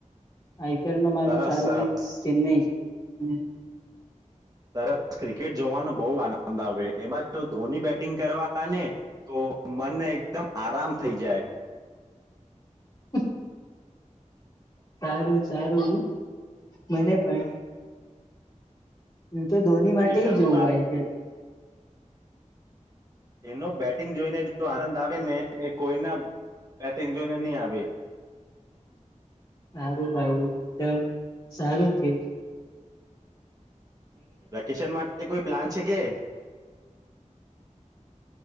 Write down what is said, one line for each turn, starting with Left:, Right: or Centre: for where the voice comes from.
Left: આઈપીએલમાં મારું
Right: સરસ
Left: સારું
Right: સરસ
Left: ટીમ ચેન્નાઈ <inaudible>
Right: સરસ ક્રિકેટ જોવાનો બહુ આનંદ આવે એમાં ધોની બેટિંગ કરવા ને તો મન એકદમ આરામ થઇ જાય
Left: <inaudible> સારું સારું મને પણ હું તો ધોની માટે
Right: રાકેશ શર્મા
Left: જોવું હોય છે,
Right: એનો બેટિંગ જોઈને જો આનંદ આવે ને એ કોઈના બેટિંગ જોઈને નહી, આવે
Left: સારું ભાઈ એકદમ સારું થય
Right: વેકેશન માટે કોઈ પ્લાન છે કે